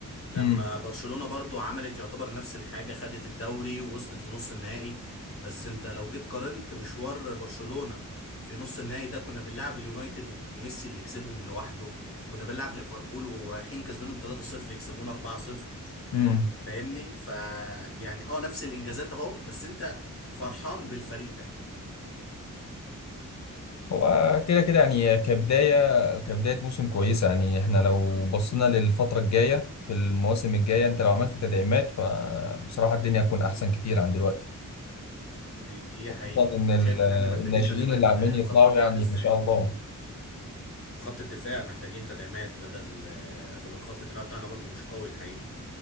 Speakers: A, on the left; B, on the left.
A: لما
B: امم
A: برشلونة برضو عملت يعتبر نفس الحاجة خدت الدوري ووصلت لنص النهائي بس انت لو جيت قارنت مشوار برشلونة في نص النهائي ده كنا بنلعب اليونايتد وميسي اللي كسبهم لوحده كنا بنلعب ليفربول ورايحين كسبانهم 3-0 يكسبونا 4-0
B: امم
A: فاهمني ف يعني اه نفس الانجازات اهو بس انت فرحان بالفريق ده
B: هو كده كده يعني كبداية كبداية موسم كويسة يعني احنا لو بصينا للفترة الجاية في المواسم الجاية انت لو عملت تدعيمات فبصراحة الدنيا هتكون أحسن كتير عن دلوقتي
A: دي, دي حقيقة
B: خصوصا إن
A: انا
B: ال-
A: شايف ان احنا محتاجين
B: الناشئين
A: تدعيمات
B: اللي عمالين
A: آه،
B: يطلعوا
A: في خط الدفاع
B: يعني
A: بالذات
B: ما شاء الله
A: في خط الدفاع محتاجين تدعيمات بدل آه، بدل خط الدفاع بتاعنا برضو مش قوي الحقيقة